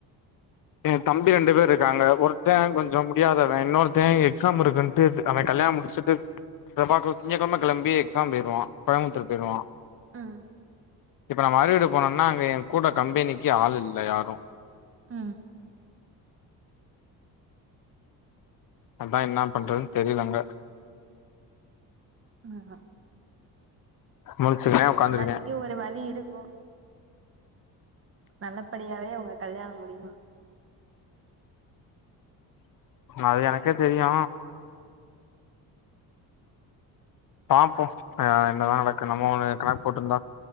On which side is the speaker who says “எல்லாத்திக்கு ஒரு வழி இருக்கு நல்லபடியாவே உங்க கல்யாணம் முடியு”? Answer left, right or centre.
Right